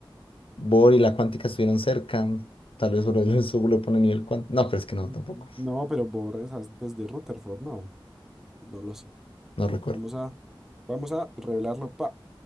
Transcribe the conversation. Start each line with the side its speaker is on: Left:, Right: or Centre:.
Left: Bohr y la cuántica estuvieron cerca. Tal vez por <laughs> eso le pone nivel cuántico. No, pero es que no,
Centre: Ujú.
Left: tampoco.
Centre: No, pero Born es antes de Rutherford, no, no lo sé.
Left: No recuerdo.
Centre: Vamos a, vamos a revelarlo. Pa,